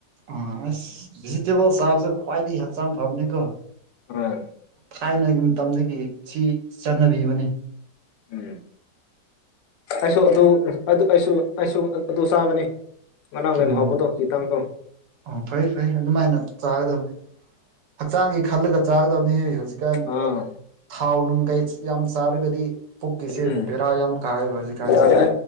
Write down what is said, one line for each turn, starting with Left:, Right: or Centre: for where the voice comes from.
Right: ꯑꯥꯁ ꯚꯦꯖꯤꯇꯦꯕꯜ ꯆꯥꯕꯁꯤ ꯈ꯭ꯋꯥꯏꯗꯒꯤ ꯍꯛꯆꯥꯡ ꯐꯕꯅꯤꯀꯣ
Left: ꯑꯥ
Right: ꯊꯥꯏꯅꯒꯤ ꯃꯇꯝꯗꯒꯤ ꯃꯁꯤ ꯆꯥꯟꯅꯔꯕꯅꯤ
Left: ꯎꯝ ꯑꯩꯁꯨ ꯑꯗꯨ ꯑꯗꯨ ꯑꯩꯁꯨ ꯑꯩꯁꯨ ꯑ ꯑꯗꯨ ꯆꯥꯕꯅꯤ ꯃꯅꯥꯎꯅ ꯍꯦꯟꯅꯥ
Right: ꯑꯣ
Left: ꯍꯥꯎꯕꯗꯣ ꯈꯤꯇꯪꯗꯣ
Right: ꯑꯣ ꯐꯩ ꯐꯩ ꯑꯗꯨꯃꯥꯏꯅ ꯆꯥꯒꯗꯕꯅꯤ ꯍꯛꯆꯥꯡꯒꯤ ꯈꯜꯂꯒ ꯆꯥꯒꯗꯕꯅꯤꯍꯦ ꯍꯧꯖꯤꯛꯀꯥꯟ
Left: ꯑꯥ
Right: ꯊꯥꯎ ꯅꯨꯡ ꯀꯩ ꯌꯥꯝ ꯆꯥꯔꯒꯗꯤ ꯄꯨꯛꯀꯤꯁꯦ
Left: ꯎꯝ
Right: ꯕꯦꯔꯥ ꯌꯥꯝ ꯀꯥꯏꯌꯦꯕ ꯍꯧꯖꯤꯛꯀꯥꯟꯖꯦ
Left: ꯌꯥꯗ꯭ꯔꯦ